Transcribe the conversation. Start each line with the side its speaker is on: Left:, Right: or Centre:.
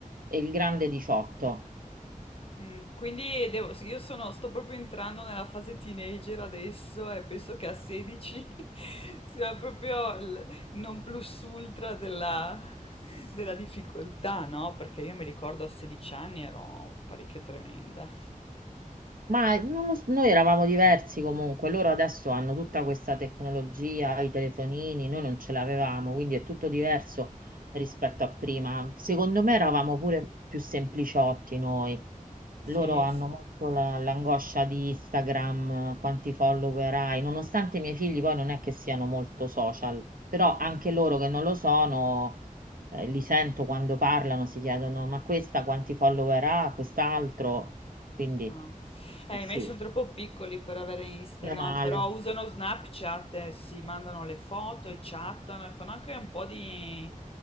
Right: e il grande 18.
Left: Mm, quindi devo- sì, io sono- sto proprio entrando nella fase teenager adesso e penso che a 16 <laughs> sia proprio il non plus ultra della, della difficoltà, no? Perché io mi ricordo a 16 anni ero parecchio tremenda.
Right: Ma non lo s- noi eravamo diversi comunque, loro adesso hanno tutta questa tecnologia, i telefonini, noi non ce l'avevamo, quindi è tutto diverso rispetto a prima. Secondo me eravamo pure più sempliciotti noi.
Left: Sì,
Right: Loro hanno
Left: sì.
Right: molto la- l'angoscia di Instagram, eh, quanti follower hai, nonostante i miei figli poi non è che siano molto social, però anche loro che non lo sono, eh, li sento quando parlano, si chiedono ma questa quanti follower ha, quest'altro, quindi...
Left: Ah. Eh,
Right: Eh Sì,
Left: i miei sono troppo piccoli per avere Instagram,
Right: meno male.
Left: però usano Snapchat, eh, si mandano le foto e chattano e fanno anche un po' di,